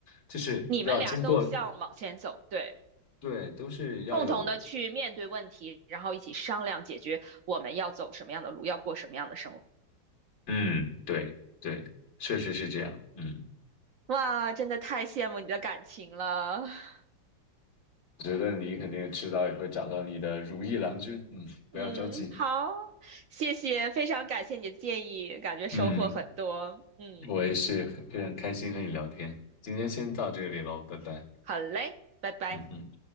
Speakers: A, on the left; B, on the right.
A: 就是要经过，
B: 你们俩都向往前走，对，
A: 对，都是要有，
B: 共同的去面对问题，然后一起商量解决我们要走什么样的路，要过什么样的生活。
A: 嗯，对对，确实是这样，嗯，
B: 哇，真的太羡慕你的感情了。<laughs>
A: 我觉得你肯定迟早也会找到你的如意郎君，嗯，不要着急，
B: 嗯，好，谢谢，非常感谢你的建议，感觉收获很多。
A: 嗯，
B: 嗯，
A: 我也是很非常开心和你聊天，今天先到这里喽，拜拜，
B: 好嘞，拜拜。
A: 嗯哼。